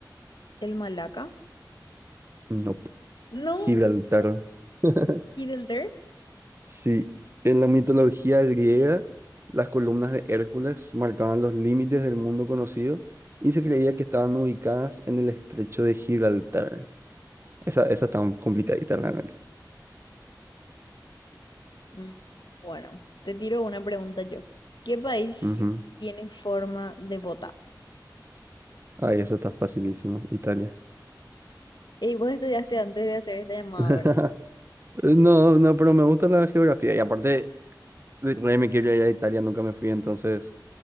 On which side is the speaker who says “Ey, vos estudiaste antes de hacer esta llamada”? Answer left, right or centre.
Left